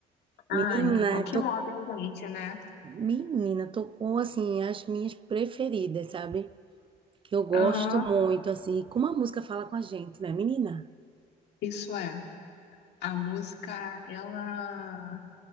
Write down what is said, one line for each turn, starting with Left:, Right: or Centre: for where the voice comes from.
Right: Menina,
Left: Ai, o que
Right: to...
Left: move a gente, né?
Right: Menina, tocou assim as minhas preferidas, sabe? Que eu gosto
Left: Aham,
Right: muito, assim, como a música fala com a gente, né, menina?
Left: isso é. A música, ela.